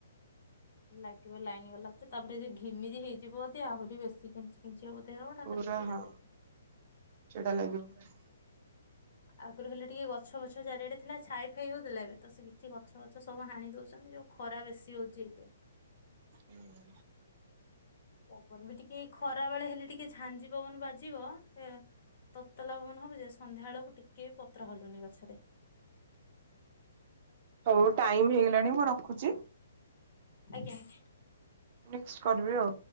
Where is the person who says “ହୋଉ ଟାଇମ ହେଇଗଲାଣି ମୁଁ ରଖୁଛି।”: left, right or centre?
Right